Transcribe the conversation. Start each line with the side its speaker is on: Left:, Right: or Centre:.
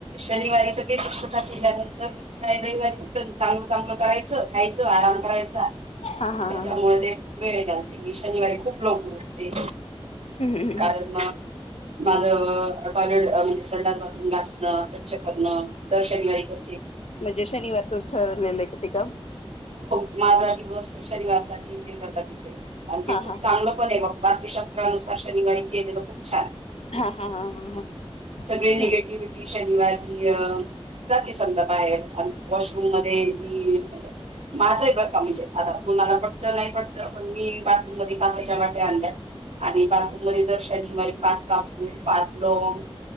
Right: शनिवारी सगळी स्वच्छता केल्यानंतर मग काय रविवारी फक्त चांगलं-चांगलं करायचं खायचं. म करायचा.
Left: हा हा
Right: त्याच्यामुळे
Left: हा हा
Right: ते वेळ घालते म शनिवारी खूप लवकर उठते.
Left: हम्म्मम.
Right: कारण <unintelligible> टॉयलेट म्हणजे संडास बाथरूम घासण स्वच्छ करणं दर शनिवारी कर
Left: म्हणजे शनिवारचच ठरलेलं आहे का ते काम.
Right: माझ दी वस शनिवार साठी त्याच्यासाठीच हाय आणि ते
Left: हा
Right: खूप
Left: हा
Right: चांगल पण ये वास्तुशास्त्रानुसार. शनिवारी खप छान
Left: हा हा हा हा हा
Right: सळे
Left: हम्म
Right: निगेटिव्हटी वारी जाती संद बाहे वॉशरूम मध्ये मी म्हणजे माझाही बडका म्हणजे आ कुणाला पटत नाही पटत पण मी बाथरूम मध्ये काच्याच्या वाट्या आणल्या आणि बाथरूम मध्ये दर्शनवाारी पाच कापूर पाच लोंग